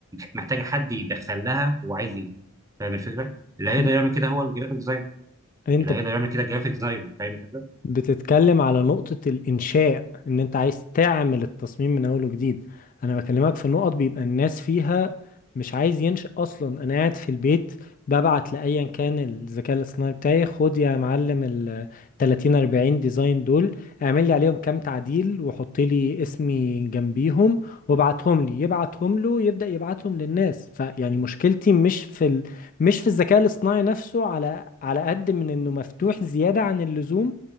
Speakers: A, on the right (about 15°); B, on the left (about 40°).
A: محتاجه حد يدخل لها هو عايز ايه فاهم الفكره اللي هيقدر
B: مم.
A: يعمل كده هو الجرافيك ديزاينر
B: انت
A: اللي هيقدر يعمل كده الجرافيك ديزاينر فاهم الفكره
B: بتتكلم على نقطة الإنشاء إن أنت عايز تعمل التصميم من أول وجديد أنا بكلمك في نقط بيبقى الناس فيها مش عايز ينشأ أصلا أنا قاعد في البيت ببعت لأيا كان الذكاء الاصطناعي بتاعي خد يا معلم ال 30 40 ديزاين دول اعمل لي عليهم كام تعديل وحط لي اسمي جنبيهم وابعتهم لي يبعتهم له يبدأ يبعتهم للناس فيعني مشكلتي مش في ال... مش في الذكاء الاصطناعي نفسه على على قد من إنه مفتوح زيادة عن اللزوم